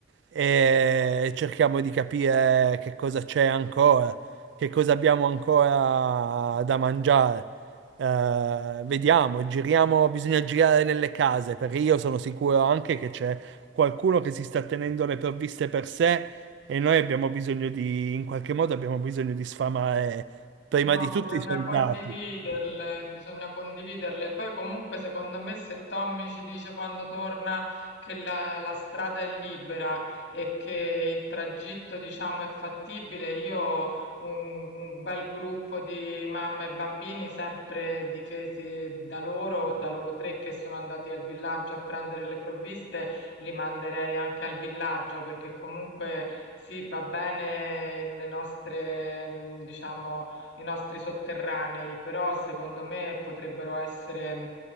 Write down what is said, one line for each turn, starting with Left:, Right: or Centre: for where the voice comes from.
Right: e cerchiamo di capire che cosa c'è ancora, che cosa abbiamo ancora da mangiare. Eh, vediamo, giriamo, bisogna girare nelle case perché io sono sicuro anche che c'è qualcuno che si sta tenendo le provviste per sé e noi abbiamo bisogno di, in qualche modo abbiamo bisogno di sfamare prima
Left: No,
Right: di tutto
Left: bisogna
Right: i soldati.
Left: condividerle, bisogna condividerle. Poi comunque secondo me se Tommy ci dice quando torna che la, la strada è libera e che il tragitto diciamo è fattibile, io un, un bel gruppo di mamme e bambini sempre difesi da loro, da loro tre che sono andati al villaggio a prendere le provviste, li manderei anche al villaggio perché comunque sì, va bene le nostre, mh, diciamo i nostri sotterranei, però secondo me potrebbero essere,